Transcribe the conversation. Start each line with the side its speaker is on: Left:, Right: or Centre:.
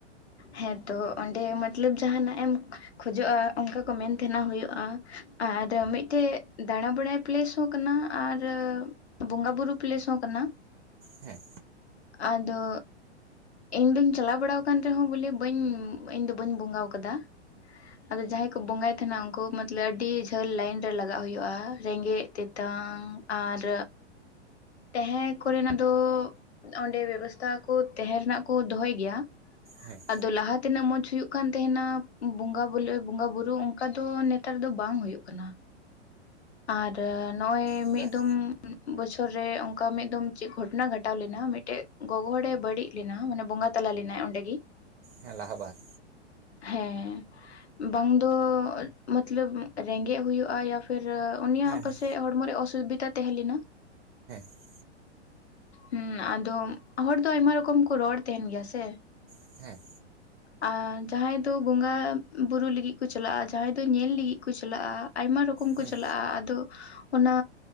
Left: ᱦᱮᱸᱛᱚ ᱚᱸᱰᱮ ᱢᱚᱛᱞᱚᱵ ᱡᱟᱦᱱᱟᱜ ᱮᱢ ᱠᱷᱚᱡᱚᱜᱼᱟ ᱚᱱᱠᱟ ᱠᱚ ᱢᱮ ᱱ ᱛᱟᱦᱮᱸᱱᱟ ᱦᱩᱭᱩᱜᱼᱟ ᱟᱨ ᱢᱤᱫᱴᱮᱡ ᱫᱟᱬᱟ ᱵᱟᱲᱟᱭ ᱯᱞᱮᱥ ᱦᱚᱸ ᱠᱟᱱᱟ ᱟᱨ ᱵᱚᱸᱜᱟ ᱵᱩᱨᱩ ᱯᱞᱮᱥ ᱦᱚᱸ ᱠᱟᱱᱟ
Right: ᱦᱮᱸ
Left: ᱟᱫᱚ ᱤᱧ ᱫᱧ ᱪᱟᱞᱟᱣ ᱵᱟᱲᱟ ᱟᱠᱟᱱ ᱨᱮᱦᱚᱸ ᱵᱚᱞᱮ ᱵᱟᱹᱧ ᱤᱧ ᱫᱚ ᱵᱟᱹᱧ ᱵᱚᱸᱜᱟ ᱟᱠᱟᱫᱟ ᱟᱫᱚ ᱡᱟᱦᱟᱸᱭ ᱠᱚ ᱵᱚᱸᱜᱟᱭ ᱛᱟᱦᱮᱱᱟ ᱩᱱᱠᱩ ᱢᱚᱛᱞᱮ ᱟᱹᱰᱤ ᱡᱷᱟᱹᱞ ᱞᱟᱭᱤᱱ ᱨᱮ ᱞᱟᱜᱟᱜ ᱦᱩᱭᱩᱜᱼᱟ ᱨᱮᱸᱜᱮᱡ ᱛᱮᱛᱟᱝ ᱵᱟᱝ ᱟᱨ ᱛᱟᱦᱮᱸ ᱠᱚᱨᱮᱱᱟᱜ ᱫᱚ ᱚᱸᱰᱮ ᱵᱮᱵᱚᱥᱛᱛᱟ ᱠᱚ ᱛᱟᱦᱮᱸ ᱨᱮᱱᱟᱜ ᱠᱚ ᱫᱚᱦᱚᱭ ᱜᱮᱭᱟ
Right: ᱦᱮᱸ
Left: ᱟᱫᱚ ᱞᱟᱦᱟ ᱛᱮᱱᱟᱹᱜ ᱢᱚᱸᱡᱽ ᱦᱩᱭᱩᱜ ᱠᱟᱱ ᱛᱟᱦᱮᱱᱟ ᱵᱚᱸᱜᱟ ᱵᱩᱞᱟ. ᱵᱚᱸᱜᱟ ᱵᱩᱨᱩ ᱚᱱᱠᱟ ᱫᱚ ᱱᱮᱛᱟᱨ ᱫᱚ ᱵᱟᱝ ᱦᱩᱭᱩᱜ ᱠᱟᱱᱟ ᱟᱨ ᱱᱚᱜ ᱚᱚᱭ
Right: ᱪᱮᱫᱟᱜ
Left: ᱢᱤᱫ ᱫᱚᱢ ᱵᱚᱪᱷᱚᱨ ᱨᱮ ᱚᱱᱠᱟ ᱢᱤᱫᱫᱢ ᱪᱮᱫ ᱜᱷᱚᱴᱚᱱᱟ ᱜᱷᱚᱴᱟᱣ ᱞᱮᱱᱟ ᱢᱤᱫᱴᱮᱡ ᱜᱚᱜᱚ ᱦᱚᱲᱮ ᱵᱟᱹᱲᱤᱡ ᱞᱮᱱᱟ ᱢᱟᱱᱮ ᱵ ᱵᱚᱸᱜᱟ ᱛᱟᱞᱟ ᱞᱮᱱᱟᱭ ᱚᱸᱰᱮ ᱜᱮᱤ
Right: ᱦᱮᱸ ᱞᱟᱦᱟ ᱵᱟᱨ
Left: ᱦᱮᱸ ᱵᱟᱝ ᱫᱚ ᱢᱚᱛᱞᱚᱵ ᱨᱮᱸᱜᱮᱡ ᱦᱩᱭᱩᱜᱼᱟ ᱭᱟ ᱯᱷᱤᱨ ᱟᱨ ᱩᱱᱤᱭᱟᱜ
Right: ᱦᱮᱸ ᱦᱮᱸ
Left: ᱯᱟᱥᱮᱡ
Right: ᱦᱮᱸ ᱦᱮᱸ ᱦᱩᱸ
Left: ᱦᱚᱲᱢᱚ ᱨᱮ ᱚᱥᱩᱵᱤᱫᱷᱟ ᱛᱟᱦᱮᱸ ᱞᱮᱱᱟ
Right: ᱞᱮᱠᱟ ᱛᱚᱠᱷᱚᱱ
Left: ᱦᱩᱸᱢ ᱟᱫᱚ ᱦᱚᱲ ᱫᱚ ᱟᱭᱢᱟ ᱨᱚᱠᱚᱢ ᱠᱚ ᱨᱚᱲ ᱛᱮᱸᱦᱮᱱ ᱜᱮᱭᱟ ᱥᱮ
Right: ᱠᱚ ᱪᱟᱞᱟᱜᱼᱟ
Left: ᱟᱨ ᱡᱟᱦᱟᱸᱭ ᱫᱚ ᱵᱚᱸᱜᱟ ᱵᱩᱨᱩ ᱞᱟᱹᱜᱤᱫ ᱠᱚ ᱪᱟᱞᱟᱜᱼᱟ ᱡᱟᱦᱟᱸᱭ ᱫᱚ ᱧᱮᱞ ᱞᱟᱹᱜᱤᱫ ᱠᱚ ᱪᱟᱞᱟᱜᱼᱟ ᱟᱭᱢᱟ ᱟᱭᱢᱟ ᱨᱚᱠᱚᱢ
Right: ᱦᱮᱸ
Left: ᱠᱚ ᱪᱟᱞᱟᱜᱼᱟ ᱟᱫᱚ ᱚᱱᱟ